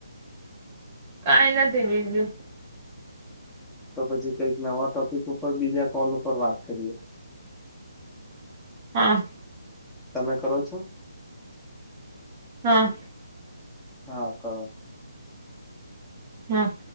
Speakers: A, on the right (about 25°); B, in the centre.
A: કઈ નથી બીજું.
B: તો પછી કઈક નવા ટોપિક ઉપર બીજા કોલ ઉપર વાત કરીએ.
A: હા
B: તમે કરો છો?
A: હા.
B: હા કોહો.
A: હા.